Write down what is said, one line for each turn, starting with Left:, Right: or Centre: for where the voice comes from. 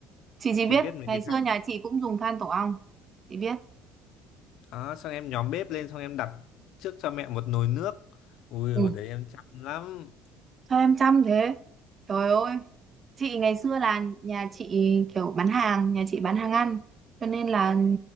Right: chị chỉ
Left: chị
Right: biết
Left: biết mấy
Right: ngày
Left: cái than
Right: xưa nhà chị cũng dùng than tổ ong chị biết
Left: đó xong em nhóm bếp lên xong em đặt trước cho mẹ một nồi nước ui
Right: ừ
Left: hồi đấy em chăm lắm
Right: sao em chăm thế trời ơi chị ngày xưa là nhà chị kiểu bán hàng nhà chị bán hàng ăn cho nên là